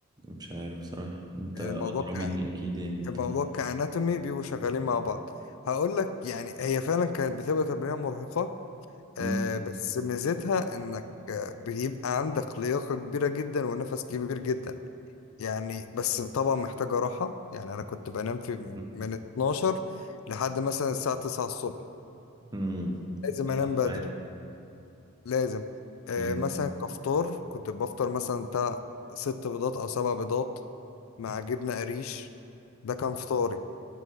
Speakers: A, on the right; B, on the left.
A: مش عارف بصراحة انت
B: يعني
A: أدرى
B: الموضوع ك...
A: مني أكيد يعني انت
B: الموضوع كاناتومي بيبقوا شغالين مع بعض هقول لك يعني هي فعلا كانت بتبقى تمرينه مرهقه آه
A: مم.
B: بس ميزتها انك آه، بيبقى عندك لياقه كبيره جدا ونفس كبير جدا يعني بس طبعا محتاجة راحة يعني أنا كنت بنام في
A: مم.
B: من 12 لحد مثلا الساعة 9 الصبح
A: مم.
B: لازم
A: تسع
B: أنام بدري
A: ساعات
B: لازم آه
A: مم.
B: مثلا كفطار كنت بفطر مثلا بتاع ست بيضات أو سبع بيضات مع جبنة قريش ده كان فطاري